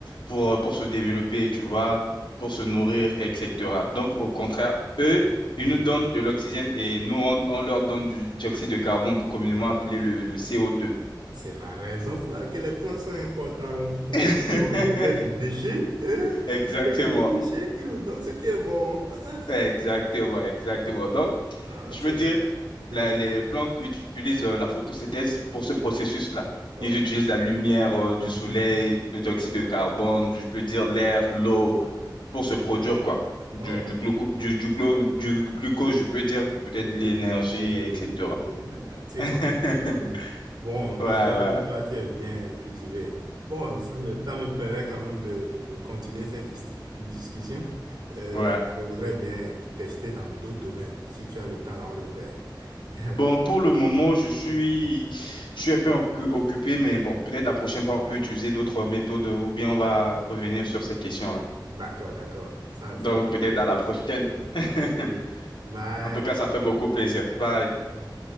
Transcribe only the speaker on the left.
pour, euh, pour se développer, tu vois, pour
se nourrir, et etc. Donc, au contraire, eux, ils
nous donnent de l'oxygène et nous, on, on leur donne du dioxyde de carbone, communément appelé le, le co deux
<laughs>
Exactement,
exactement, exactement. Donc,
je
veux
dire, la-
les, les plantes utilisent euh, la photosynthèse pour
ce processus-là.
Ils utilisent la lumière euh,
du soleil, le dioxyde de carbone, je peux dire l'air, l'eau, pour se produire quoi. Du,
du, gluco-
du, du, glo- du glucose, je peux dire peut-être
l'énergie,
etc.
<laughs>
Ouais,
ouais,
ouais.
Ouais.
Bon, pour le moment, je suis,
je suis un peu occu- occupé, mais bon, peut-être la prochaine fois, on peut utiliser d'autres méthodes euh, ou bien on va revenir sur ces questions-là.
Donc,
peut-être
à la
prochaine.
<laughs>
En tout cas, ça fait beaucoup plaisir. Bye.